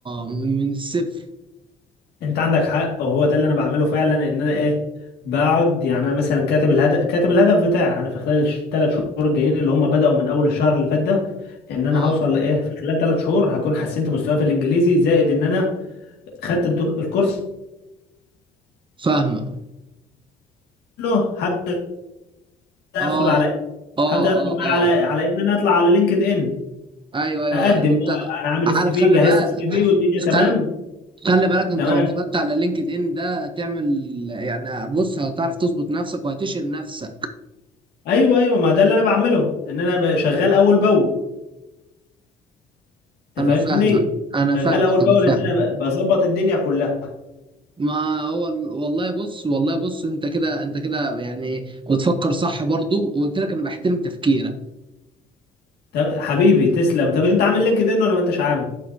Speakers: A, on the right; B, on the left.
A: من الصفر
B: انت عندك حق وهو ده اللي انا بعمله فعلا ان انا ايه بقعد يعني انا مثلا كاتب الهدف كاتب الهدف بتاعي انا في خلال الثلاث شهور الجايين اللي هم بدأوا من اول الشهر اللي فات ده ان انا
A: اه
B: هوصل لايه في خلال ثلاث شهور هكون حسنت مستواي في الانجليزي زائد ان انا خدت الدو... الكورس
A: فاهمه
B: كله هبدأ ادخل
A: اه
B: على
A: اه
B: هبدأ ادخل
A: اه
B: بقى
A: اه
B: على على ان انا اطلع على لينكد ان
A: ايوه ايوه
B: اقدم
A: انت
B: بقى انا عامل
A: عارف
B: السي في
A: خلي
B: جهزت
A: بقى
B: السي في والدنيا تمام
A: خلي خلي بالك انت
B: تمام
A: لو طلعت على لينكد ان ده تعمل يعني بص هتعرف تظبط نفسك وهتشيل نفسك
B: ايوه ايوه ما ده اللي انا بعمله ان انا شغال اول باول انت
A: انا
B: فاهمني
A: فاهمك انا
B: شغال
A: فاهمك
B: اول باول
A: انا
B: ان
A: فاهم
B: انا ب- بظبط الدنيا كلها
A: ما هو ال- والله بص والله بص انت كده انت كده يعني بتفكر صح برضو وقلت لك انا بحترم تفكيرك
B: طب حبيبي تسلم طب انت عامل لينكد ان ولا ما انتش عامل